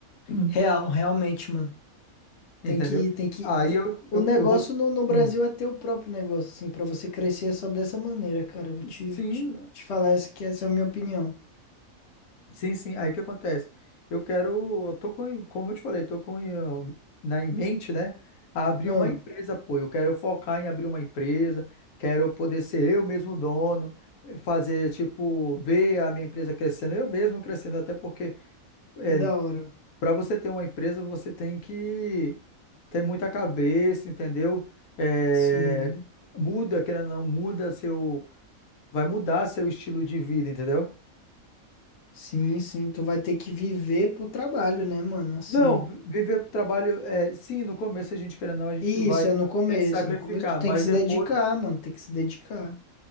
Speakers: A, on the left; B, on the left.
A: <clears throat>
B: Real, realmente, mano.
A: Entendeu?
B: Tem que, tem que.
A: Aí
B: t-
A: eu,
B: O
A: eu,
B: negócio
A: eu vou.
B: no, no Brasil
A: Hum.
B: é ter o próprio negócio, assim, pra você crescer é só dessa maneira, cara. Eu vou te,
A: Sim,
B: te, te falar essa que essa é a minha opinião.
A: Sim, sim. Aí o que acontece? Eu quero, eu tô com, como eu te falei, tô com eh, na em mente, né? Abrir
B: Ah,
A: uma empresa, pô. Eu quero focar em abrir uma empresa, quero poder ser eu mesmo dono, eh, fazer tipo ver a minha empresa crescendo, eu mesmo crescendo, até porque é,
B: Que da hora.
A: para você ter uma empresa, você tem que ter muita cabeça, entendeu? Eh,
B: Sim,
A: muda, querendo ou não, muda seu, vai mudar seu estilo de vida, entendeu?
B: sim, sim. Tu vai ter que viver pro trabalho, né, mano? Assim.
A: Não, vi- viver pro trabalho, é, sim, no começo a gente, querendo ou não, a gente
B: Isso,
A: vai
B: é no começo.
A: ter que sacrificar,
B: é No começo tu tem
A: mas
B: que se
A: depois,
B: dedicar, mano. Tem que se dedicar.